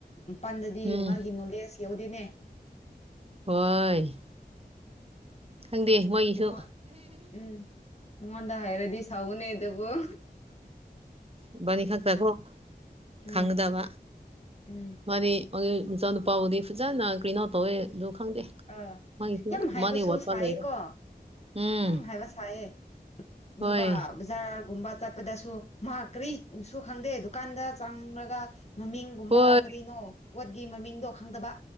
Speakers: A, on the left; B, on the right.
A: ꯃꯄꯥꯟꯗꯗꯤ
B: ꯎꯝ
A: ꯃꯥꯒꯤ ꯅꯣꯂꯦꯖ ꯌꯥꯎꯗꯦꯅꯦ
B: ꯍꯣꯏ ꯈꯪꯗꯦ ꯃꯣꯏꯁꯨ
A: ꯃꯉꯣꯟ ꯎꯝ ꯃꯉꯣꯟꯗ ꯍꯦꯔꯗꯤ ꯁꯥꯎꯅꯦ ꯇꯕꯨꯣ
B: ꯏꯕꯥꯅꯥ ꯈꯛꯇꯀꯣ
A: ꯎꯝ
B: ꯈꯪꯒꯗꯕ
A: ꯎꯝ
B: ꯃꯥꯗꯤ <unintelligible> ꯃꯆꯥꯅꯨꯄꯥꯕꯨꯗꯤ ꯐꯖꯅ ꯀ꯭ꯔꯤꯟ ꯑꯥꯎꯠ ꯇꯧꯋꯦ ꯑꯗꯨ ꯈꯪꯗꯦ
A: ꯑꯥ
B: ꯃꯥꯒꯤꯁꯨ
A: ꯌꯥꯝ ꯍꯩꯕꯁꯨ
B: ꯃꯥꯗꯤ ꯋꯥꯠꯄ
A: ꯁꯥꯏꯌꯦꯀꯣ
B: ꯂꯩꯔꯦ ꯎꯝ
A: ꯌꯥꯝ ꯍꯥꯏꯕ ꯁꯥꯏꯌꯦ
B: ꯍꯣꯏ
A: ꯗꯨꯒꯥ ꯕꯖꯥꯔꯒꯨꯝꯕ ꯆꯠꯄꯗꯁꯨ ꯃꯥ ꯀꯔꯤꯁꯨ ꯈꯪꯗꯦ ꯗꯨꯀꯥꯟꯗ ꯆꯥꯡꯉꯒ ꯃꯃꯤꯡ ꯄꯨꯝꯕꯥ
B: ꯍꯣꯏ
A: ꯀꯔꯤꯅꯣ ꯄꯣꯠꯀꯤ ꯃꯃꯤꯡꯗꯣ ꯈꯪꯗꯕ